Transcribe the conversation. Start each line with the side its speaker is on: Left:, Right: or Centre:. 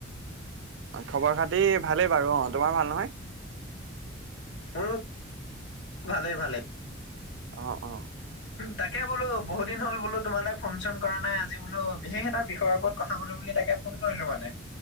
Right: খবৰ খাতি ভালেই বাৰু অ। তোমাৰ ভাল নহয়?
Left: মোৰো ভালেই ভালেই।
Right: অ অ।
Left: তাকে বোলোঁ বহুত দিন হ'ল বোলোঁ তোমালৈ ফোন চোন কৰা নাই আজি বোলোঁ বিশেষ এটা বিষয়ৰ ওপৰত কথা পাতোঁ বুলি তাকে ফোন কৰিলোঁ মানে।